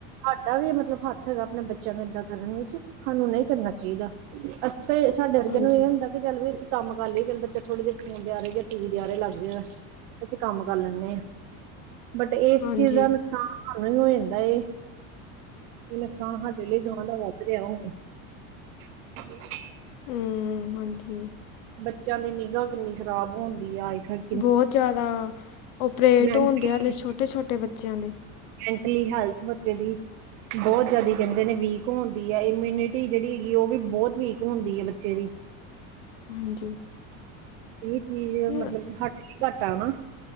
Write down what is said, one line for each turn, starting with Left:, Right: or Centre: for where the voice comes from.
Right: ਸਾਡਾ ਵੀ ਮਤਲਬ ਹੱਥ ਹੈਗਾ ਅਪਨੇ ਬੱਚਿਆਂ ਨੂੰ ਏਦਾਂ ਕਰਨ ਵਿੱਚ ਸਾਨੂੰ ਨਹੀਂ ਕਰਨਾ ਚਾਈਦਾ। ਸਹੀ ਸਾਡੇ ਵਰਗਿਆਂ
Left: ਹਾਂਜੀ
Right: ਨੂੰ ਏ ਹੁੰਦਾ ਚੱਲ ਵੀ ਅਸੀਂ ਕੰਮ ਕਰ ਲਈਏ, ਚੱਲ ਬੱਚਾ ਥੋੜੇ ਦੇਰ ਫੋਨ ਦੇ ਆਹੇ ਜਾਂ ਟੀ ਵੀ ਦੇ ਆਰੇ ਲੱਗ ਜੇਗਾ। ਅਸੀਂ, ਕੰਮ ਕਰ ਲੈਂਨੇ ਹਾਂ ਬਟ ਇਸ
Left: ਹਾਂਜੀ
Right: ਚੀਜ਼ ਦਾ, ਨੁਕਸਾਨ ਸਾਨੂੰ ਹੀ ਹੋ ਜਾਂਦਾ, ਇਹ ਨੁਕਸਾਨ ਸਾਡੇ ਲਈ ਮਲਹੋਤਰੇ ਹੋ? <inaudible>
Left: ਹਮ, ਹਾਂਜੀ
Right: ਬੱਚਿਆਂ ਦੀ ਨਿਗ੍ਹਾ ਕਿੰਨੀ ਖ਼ਰਾਬ ਹੁੰਦੀ ਆ, ਆਈ ਸਾਈਡ
Left: ਬਹੁਤ ਜ਼ਿਆਦਾ, ਓਪਰੇਟ
Right: ਮੈਂਟਲੀ
Left: ਹੁੰਦੇ ਹੈ, ਹਲੇ ਛੋਟੇ- ਛੋਟੇ ਬੱਚਿਆਂ ਦੇ
Right: ਮੈਂਟਲੀ, ਹੈਲਥ ਬੱਚੇ ਦੀ ਬਹੁਤ ਜ਼ਿਆਦੇ, ਕਹਿੰਦੇ ਨੇ ਵੀਕ ਹੁੰਦੀ ਹੈ, ਇਮਿਊਨਿਟੀ ਜਿਹੜੀ ਹੈਗੀ, ਉਹ ਵੀ ਬਹੁਤ ਵੀਕ ਹੁੰਦੀ ਹੈ, ਬੱਚੇ ਦੀ
Left: ਹਾਂਜੀ
Right: ਇਹ ਚੀਜ਼,
Left: ਨ-
Right: ਮਤਲਬ ਹੱਟ, ਘੱਟ ਆ ਨਾ?